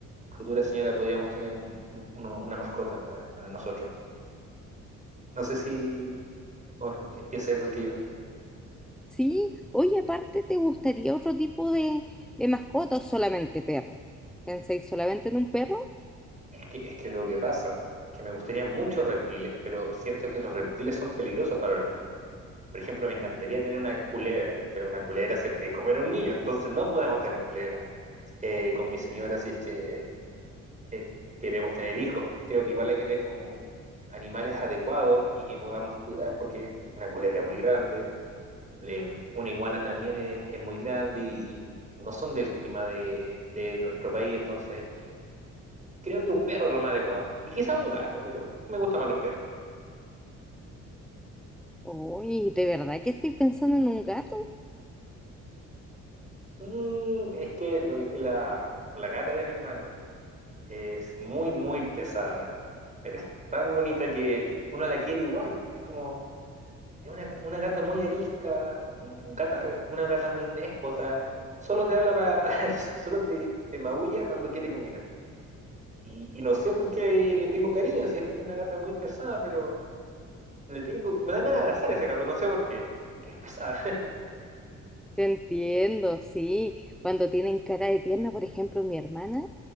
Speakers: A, on the right; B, in the centre.
A: futura señora podríamos tener un, un, uno- una mascota para, para nosotros. No sé si o- piensa igual que yo.
B: Sí, oye, aparte, ¿te gustaría otro tipo de, de mascota o solamente perro? ¿Pensáis solamente en un perro?
A: Es que, es que lo que pasa es que me gustaría muchos reptiles, pero siento que los reptiles son peligrosos para los niños. Por ejemplo, me encantaría tener una culebra, pero una culebra se puede comer a un niño, entonces no podemos tener culebra. Eh, con mi señora, si es que eh, queremos tener hijos, creo que igual hay que tener como animales adecuados y que podamos cuidar, porque una culebra es muy grande, le- una iguana también es, es muy grande y, y no son del clima de, de nuestro país, entonces creo que un perro es lo más adecuado. Y quizá un gato, pero me gustan más los perros.
B: Uy, ¿de verdad que estoy pensando en un gato?
A: Y es que, lo que- la, la gata de mi hermano es muy, muy pesada, pero es tan bonita que uno la quiere igual. Es como, es una, una gata muy arisca, un- un gata, una gata muy déspota. Solo te habla para, <laughs> solo te, te maulla cuando quiere comida. Y, y no sé por qué le tengo cariño, si es una gata muy pesada, pero le tengo, me dan ganas de abrazar a ese gato, no sé por qué, porque es pesada. <laughs>
B: Te entiendo, sí. Cuando tienen cara de tierna, por ejemplo, mi hermana